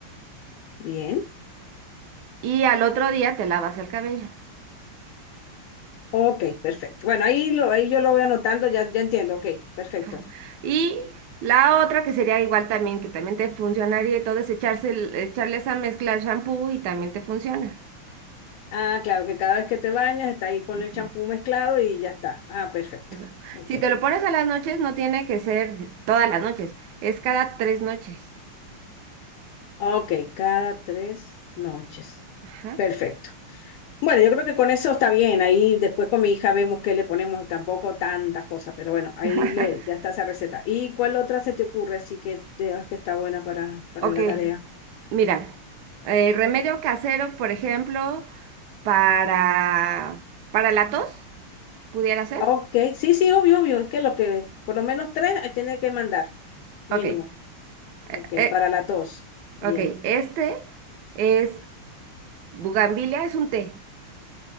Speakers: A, on the left; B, on the right.
A: Bien.
B: y al otro día te lavas el cabello.
A: Ok, perfecto. Bueno, ahí, lo, ahí yo lo voy anotando, ya, ya entiendo. Ok, perfecto.
B: Ajá. Y la otra que sería igual también, que también te funcionaría y todo, es echarse, el- echarle esa mezcla al shampoo y también te funciona.
A: Ah, claro, que cada vez que te bañas está ahí con
B: Ajá,
A: el champú mezclado y ya está. Ah, perfecto.
B: Exacto.
A: Ok.
B: Si te lo pones a las noches, no tiene que ser todas las noches, es cada tres noches.
A: Ok, cada tres noches.
B: Ajá.
A: Perfecto. Bueno, yo creo que con eso está bien. Ahí después con mi hija vemos qué le ponemos, tampoco tantas cosas, pero bueno, ahí
B: <laughs>
A: le, ya está esa receta. ¿Y cuál otra se te ocurre así que veas que está buena para, para
B: Ok,
A: la tarea?
B: mira, eh, remedio casero, por ejemplo, para, para la tos, pudiera ser.
A: Ok, sí, sí, obvio, obvio. Es que lo que, por lo menos tres, ahí tiene que mandar, mínimo.
B: Ok, eh,
A: Ok,
B: eh,
A: para la tos. Bien.
B: ok, este es bugambilia, es un té.